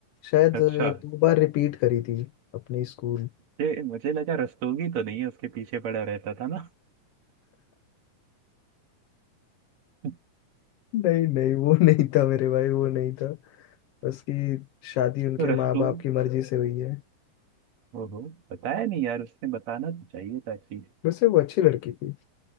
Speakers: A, on the left; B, on the right.
A: शायद
B: अच्छा
A: अ, दो बार रिपीट करी थी अपने स्कूल
B: ये मुझे लगा रस्तोगी तो नहीं है उसके पीछे पड़ा रहता था ना <laughs>
A: नहीं नहीं वो <laughs> नहीं था मेरे भाई वो नहीं था उसकी शादी उनके
B: तो रस्तोगी
A: माँ बाप की मर्जी से हुई है
B: ओहो बताया नहीं यार उसने बताना तो चाहिए था चीज
A: वैसे वो अच्छी लड़की थी